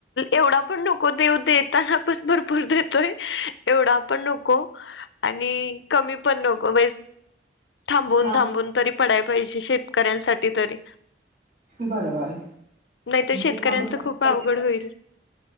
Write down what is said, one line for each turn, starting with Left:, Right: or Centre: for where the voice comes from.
Left: एवढा पण नको देऊ देताना पण भरपूर देत एवढा पण नको आणि कमी पण नको थांबून
Right: हां,
Left: थांबून तरी पडाय पाहिजे शेतकऱ्यांसाठी तरी
Right: बरोबर.
Left: नाहीतर शेतकऱ्यांच
Right: ते थांबून थांबून
Left: खूप
Right: पडलेलंच
Left: अवघड होईल.